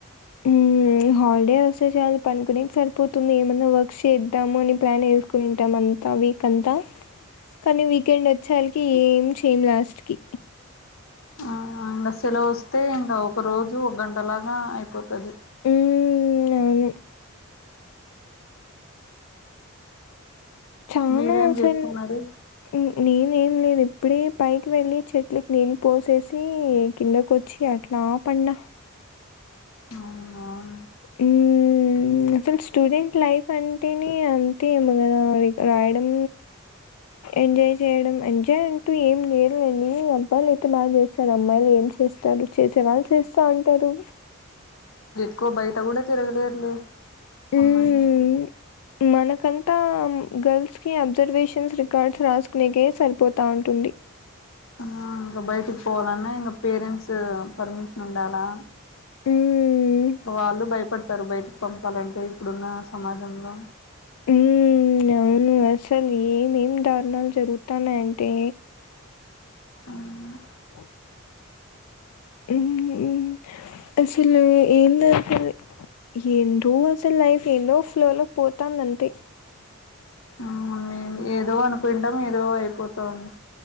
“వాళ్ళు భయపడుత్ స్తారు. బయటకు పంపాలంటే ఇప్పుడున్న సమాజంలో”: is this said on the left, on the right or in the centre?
Left